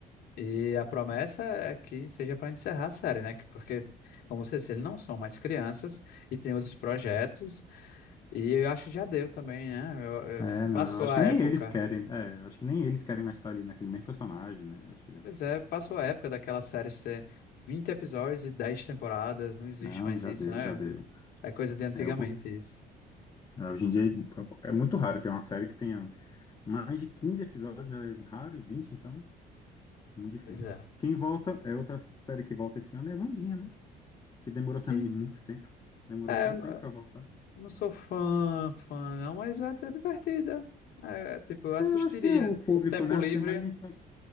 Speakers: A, on the left; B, on the left.
A: E a promessa é que seja para encerrar a série, né? Que- Porque, como você disse, eles não são mais crianças e tem outros projetos. E eu acho que já deu também, né? Eu-
B: É,
A: eu-
B: não,
A: passou
B: acho
A: a
B: que
A: época.
B: nem eles querem, é, acho que nem eles querem mais estar ali naquele mesmo personagem, né? Acho que já,
A: Pois é, passou a época daquela série de ter 20 episódios e 10 temporadas, não existe
B: não,
A: mais
B: já
A: isso,
B: deu,
A: né?
B: já deu.
A: É coisa de antigamente
B: É, o-
A: isso.
B: é, hoje em dia é é muito raro ter uma série que tenha mais de 15 episódios, já é raro, e 20, então, muito difícil.
A: Pois é.
B: Quem volta, é outra série que volta esse ano, é Wandinha, né? Que demorou
A: Sim,
B: também muito tempo, demorou
A: é,
B: tanto
A: eu n-
B: tempo pra voltar.
A: não sou fã, fã não, mas é, é divertida. É, tipo, eu assistiria.
B: É, eu acho que é o público,
A: Tempo
B: né?
A: livre,
B: Acho que é mais infantil,